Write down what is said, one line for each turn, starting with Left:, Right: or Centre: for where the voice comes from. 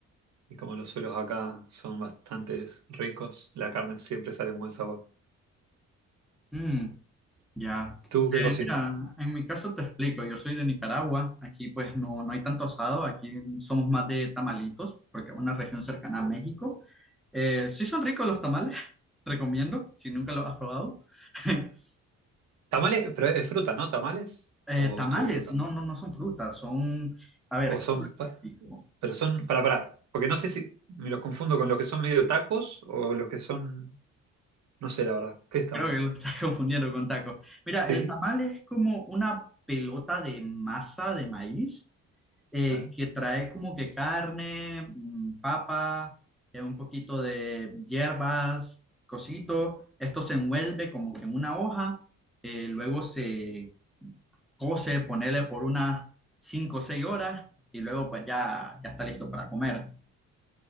Right: Y como los suelos acá son bastante ricos, la carne siempre sale con buen sabor.
Centre: Mm, ya.
Right: ¿Tú
Centre: Eh,
Right: qué cocinas?
Centre: mira, en mi caso te explico, yo soy de Nicaragua, aquí pues no, no hay tanto asado, aquí somos más de tamalitos, porque es una región cercana a México. Eh, sí son ricos los tamales, <laughs> recomiendo, si nunca los has probado. <laughs>
Right: Tamales, pero es fruta, ¿no? ¿Tamales?
Centre: Eh,
Right: ¿O
Centre: tamales,
Right: estoy equivocado?
Centre: no, no, no son frutas, son, a ver,
Right: ¿O son...?
Centre: ¿cómo lo explico?
Right: Pero son, para, para, porque no sé si me los confundo con los que son medio tacos o los que son, no sé la verdad, ¿qué está
Centre: Creo
Right: mal?
Centre: que lo estás <laughs> confundiendo con tacos. Mira,
Right: Sí,
Centre: el tamal es como una pelota de masa de maíz eh,
Right: a ver.
Centre: que trae como que carne, mm, papa, eh, un poquito de hierbas, cosito. Esto se envuelve como que en una hoja, eh, luego se cose, ponerle por unas 5 o 6 horas y luego pues ya, ya está listo para comer.